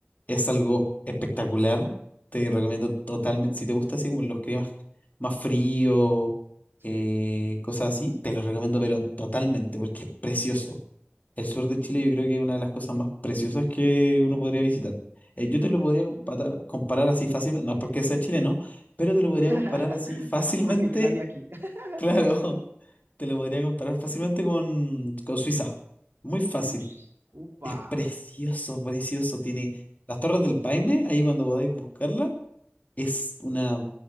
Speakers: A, on the left; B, on the right.
A: es algo espectacular. Te recomiendo totalmente, si te gusta así como los climas más frío,
B: Sí.
A: eh, cosas así, te los recomiendo, pero totalmente, porque es precioso. El sur de Chile yo creo que es una de las cosas más preciosas que uno podría visitar. Eh, yo te lo podría comparar, comparar así fácilmente, no es porque sea chileno, pero te lo podría
B: <laughs>
A: comparar así fácilmente,
B: Nada más porque yo nací aquí. <laughs>
A: <laughs> claro, te lo podría comparar fácilmente con, con Suiza. Muy fácil.
B: Ush, upa.
A: Es precioso, precioso. Tiene las Torres del Paine, ahí cuando podáis buscarla. Es una,